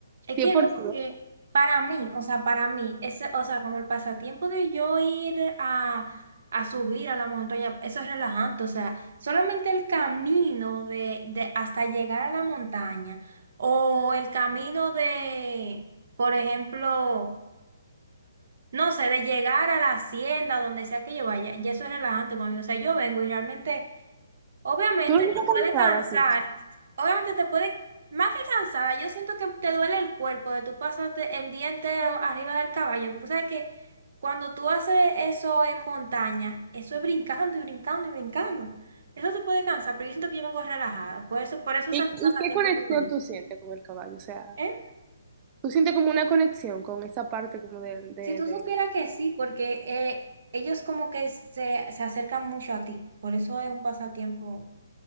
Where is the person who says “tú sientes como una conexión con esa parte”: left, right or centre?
Right